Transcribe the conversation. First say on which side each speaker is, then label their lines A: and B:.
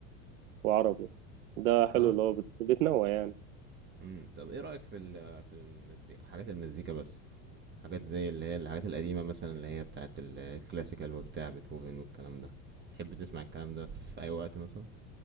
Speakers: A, on the right; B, on the right.
A: وعربي ده حلو
B: اه
A: اللي هو بت... بتنوع يعني
B: امم طب ايه رأيك في ال في المزيكا حاجات المزيكا بس حاجات زي اللي هي الحاجات القديمة مثلا اللي هي بتاعت الكلاسيكال وبتاع بيتهوفن والكلام ده تحب تسمع الكلام ده في اي وقت مثلا